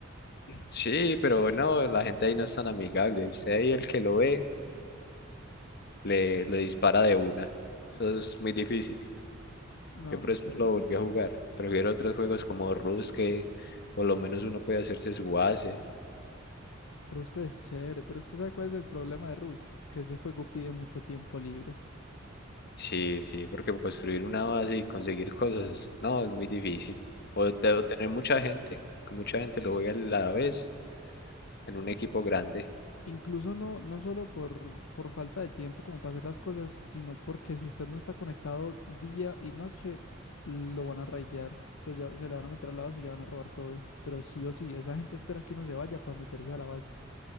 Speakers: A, on the left (about 55°); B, on the left (about 70°).
A: Sí, pero no, la gente ahí no es tan amigable. Sea ahí el que lo ve, le, le dispara de una. Eso es muy difícil.
B: No,
A: Yo por
B: qué
A: eso
B: pereza.
A: no lo volví a jugar. Prefiero otros juegos como Rust que por lo menos uno puede hacerse su base.
B: Rust es chévere, pero es que ¿sabe cuál es el problema de Rust? Que ese juego pide mucho tiempo libre.
A: Sí, sí, porque construir una base y conseguir cosas, no, es muy difícil. O, te- o tener mucha gente, que mucha gente lo juega a la vez en un equipo grande.
B: Incluso no, no solo por, por falta de tiempo como para hacer las cosas, sino porque si usted no está conectado día y noche, lo van a raidear. Después le- se le van a meter a la base y le van a robar todo. Pero sí o sí, esa gente espera que uno se vaya para meterse a la base.